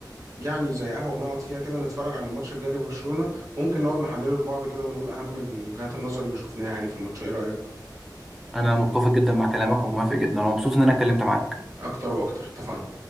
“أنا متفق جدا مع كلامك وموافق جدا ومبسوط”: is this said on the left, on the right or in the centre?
Centre